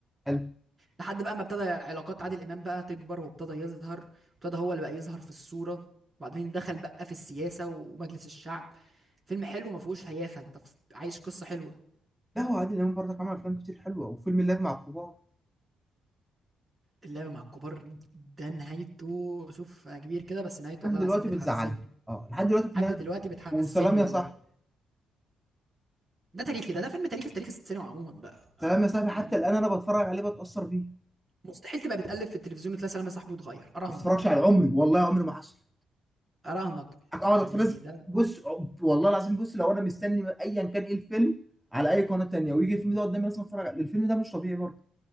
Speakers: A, in the centre; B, on the right (about 25°).
A: حلو
B: لحد بقى ما ابتدى علاقات عادل امام بقى تكبر وابتدى يظهر وابتدى هو اللي بقى يظهر في الصوره وبعدين دخل بقى في السياسه ومجلس الشعب فيلم حلو ما فيهوش هيافه انت ف- عايش قصه حلوه
A: لا هو عادل امام برضك عمل افلام كتير حلوه وفيلم اللعب مع الكبار
B: اللعب مع الكبار ده نهايته شوف انا كبير كده بس نهايته
A: لحد
B: والله
A: دلوقتي
B: العظيم بتحزني
A: بتزعلني اه لحد دلوقتي بتنام
B: لحد دلوقتي بتحزني
A: وسلام يا
B: والله
A: صاحبي
B: ده تاريخي ده ده فيلم تاريخي في تاريخ السينما عموما بقى
A: سلام
B: آه
A: يا صاحبي حتى
B: يعني
A: الان انا بتفرج عليه بتاثر بيه
B: مستحيل تبقى بتقلب في التلفزيون وتلاقي سلام يا صاحبي وتغير اراهنك
A: ما بتفرجش على عمري والله عمري ما حصل
B: اراهنك
A: اقعد
B: يعني
A: اتفرج
B: ده
A: بص والله العظيم بص لو انا مستني ايا كان ايه الفيلم على اي قناه تانيه ويجي الفيلم ده قدامي لازم اتفرج عليه الفيلم ده مش طبيعي برضه